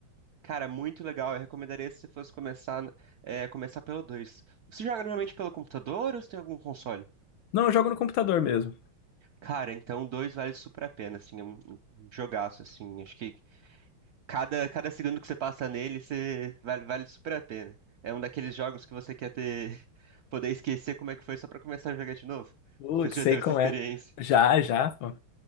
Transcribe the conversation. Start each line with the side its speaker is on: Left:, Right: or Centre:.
Right: Cara, muito legal. Eu recomendaria se você fosse começar, é, começar pelo 2. Você joga normalmente pelo computador ou você tem algum console?
Left: Não, eu jogo no computador mesmo.
Right: Cara, então o 2 vale super a pena, assim, é um um um jogaço, assim. Acho que cada, cada segundo que você passa nele, você vale, vale super a pena. É um daqueles jogos que você quer ter, <laughs> poder esquecer como é que foi só pra começar a jogar de novo.
Left: Putz,
Right: Você já
Left: sei
Right: teve
Left: como
Right: essa experiência?
Left: é. Já, já, pô.